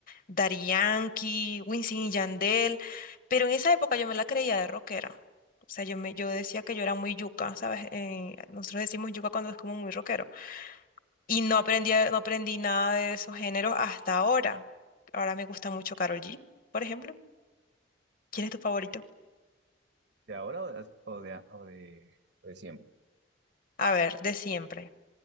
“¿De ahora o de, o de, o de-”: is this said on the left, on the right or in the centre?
Right